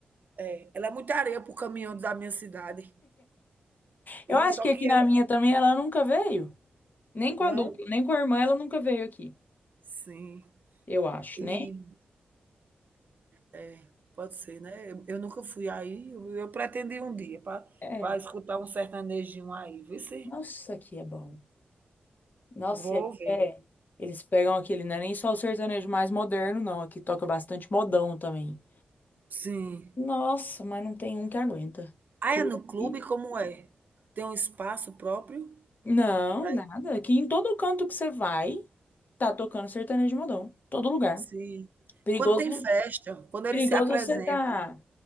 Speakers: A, on the right (about 50°); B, on the left (about 50°).
A: É, ela é muita areia pro caminhão da minha cidade.
B: Eu
A: E
B: acho
A: só
B: que aqui
A: que
B: na
A: ela.
B: minha também ela nunca veio. Nem com
A: Não?
B: a dupla, nem com a irmã ela nunca veio aqui.
A: Sim.
B: Eu acho,
A: E
B: né?
A: É, pode ser, né. Eu eu nunca fui aí, eu eu pretendi um dia para
B: É.
A: pra escutar um sertanejinho aí, vê se
B: Nossa, aqui é bom. Nossa,
A: vou
B: aqui
A: ver.
B: é. Eles pegam aquele, não é nem só o sertanejo mais moderno, não. Aqui toca bastante modão também.
A: Sim.
B: Nossa, mas não tem um que aguenta.
A: Ah,
B: Aquilo
A: é no clube,
B: ali-
A: como é? Tem um espaço próprio
B: Não,
A: pra
B: nada. Aqui em todo canto que você vai, tá tocando sertanejo modão. Todo lugar.
A: sim.
B: Perigoso,
A: Quando tem festa, quando eles
B: perigoso
A: se apresentam.
B: você tá.